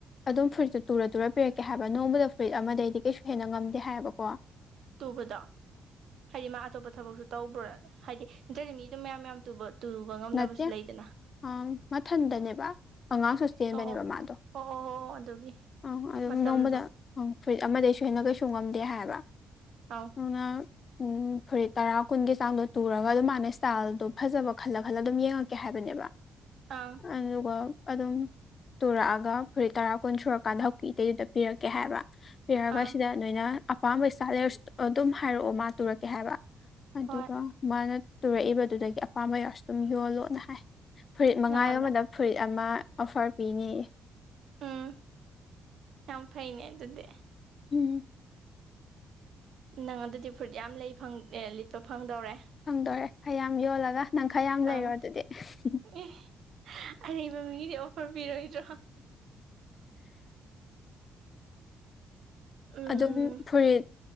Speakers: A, on the left; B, on the right.
A: ꯑꯗꯝ ꯐꯨꯔꯤꯠꯇꯣ ꯇꯨꯔ ꯇꯨꯔ ꯄꯤꯔꯛꯀꯦ ꯍꯥꯏꯕ ꯅꯣꯡꯃꯗ ꯐꯨꯔꯤꯠ ꯑꯃꯗꯩꯗꯤ ꯀꯩꯁꯨ ꯍꯦꯟꯅ ꯉꯝꯗꯦ ꯍꯥꯏꯕꯀꯣ
B: ꯇꯨꯕꯗꯣ ꯍꯥꯏꯗꯤ ꯃꯥ ꯑꯇꯣꯞꯄ ꯊꯕꯛꯁꯨ ꯇꯧꯕ꯭ꯔꯣ ꯍꯥꯏꯗꯤ <unintelligible> ꯃꯤꯗꯣ ꯃꯌꯥꯝ ꯃꯌꯥꯝ ꯇꯨꯕ ꯇꯨꯕ ꯉꯝꯗꯕꯁꯨ
A: ꯅꯠꯇꯦ
B: ꯂꯩꯗꯅ
A: ꯑꯪ ꯃꯊꯟꯗꯅꯦꯕ ꯑꯉꯥꯡꯁꯨ ꯆꯦꯟꯕꯅꯦꯕ
B: ꯑꯣ ꯑꯣ
A: ꯃꯥꯗꯣ
B: ꯑꯣ ꯑꯣ ꯑꯣ ꯑꯗꯨꯒꯤ
A: ꯑꯪ ꯑꯗꯨꯝ
B: ꯃꯇꯝꯗꯣ
A: ꯅꯣꯡꯃꯗ ꯑꯪ ꯐꯨꯔꯤꯠ ꯑꯃꯗꯩꯁꯨ ꯍꯦꯟꯅ ꯀꯩꯁꯨ ꯉꯝꯗꯦ ꯍꯥꯏꯕ
B: ꯑꯧ
A: ꯄꯨꯔ <unintelligible> ꯎꯝ ꯐꯨꯔꯤꯠ ꯇꯔꯥ ꯀꯨꯟꯒꯤ ꯆꯥꯡꯗꯣ ꯇꯨꯔꯒ ꯑꯗꯨꯃꯥꯏꯅ ꯁ꯭ꯇꯥꯏꯜꯗꯣ ꯐꯖꯕ ꯈꯜꯂꯛ ꯈꯜꯂ ꯑꯗꯨꯝ ꯌꯦꯡꯉꯛꯀꯦ ꯍꯥꯏꯕꯅꯦꯕ
B: ꯑꯪ
A: ꯑꯗꯨꯒ ꯑꯗꯨꯝ ꯇꯨꯔꯛꯑꯒ ꯐꯨꯔꯤꯠ ꯇꯔꯥ ꯀꯨꯟ ꯁꯨꯔꯀꯥꯟꯗ ꯍꯧꯖꯤꯛꯀꯤ ꯏꯇꯩꯗꯨꯗ ꯄꯤꯔꯛꯀꯦ ꯍꯥꯏꯌꯦꯕ ꯄꯤꯔꯒ
B: ꯑꯪ
A: ꯁꯤꯗ ꯅꯣꯏꯅ ꯑꯄꯥꯝꯕ ꯁ꯭ꯇꯥꯏꯜ ꯂꯩꯔ ꯑꯗꯨꯝ ꯍꯥꯏꯔꯛꯑꯣ ꯃꯥ ꯇꯨꯔꯛꯀꯦ ꯍꯥꯏꯕ ꯑꯗꯨꯒ
B: ꯍꯣꯏ
A: ꯃꯥꯅ ꯇꯨꯔꯛꯏꯕꯗꯨꯗꯒꯤ ꯑꯄꯥꯝꯕ ꯌꯥꯎꯔꯁꯨ ꯑꯗꯨꯝ ꯌꯣꯜꯂꯣꯅ ꯍꯥꯏ ꯐꯨꯔꯤꯠ ꯃꯉꯥ
B: ꯅꯉꯣꯟꯗ
A: ꯌꯣꯟꯕꯗ ꯐꯨꯔꯤꯠ ꯑꯃ ꯑꯣꯐꯔ ꯄꯤꯅꯤꯌꯦ
B: ꯎꯝ ꯌꯥꯝ ꯐꯩꯅꯦ ꯑꯗꯨꯗꯤ
A: ꯎꯝ
B: ꯅꯪ ꯑꯗꯨꯗꯤ ꯐꯨꯔꯤꯠ ꯌꯥꯝ ꯂꯩ ꯂꯤꯠꯄ ꯐꯪꯗꯧꯔꯦ
A: ꯐꯪꯗꯣꯔꯦ ꯈꯔ ꯌꯥꯝ ꯌꯣꯜꯂꯒ ꯅꯪ ꯈ ꯌꯥꯝ ꯂꯩꯔꯣ
B: ꯑꯪ
A: ꯑꯗꯨꯗꯤ ꯎ
B: ꯑꯦ ꯑꯔꯩꯕ ꯃꯤꯒꯤꯗꯤ ꯑꯣꯐꯔ ꯄꯤꯔꯣꯏꯗ꯭ꯔꯣ ꯎꯝ
A: ꯑꯗꯨꯝ ꯐꯨꯔꯤꯠ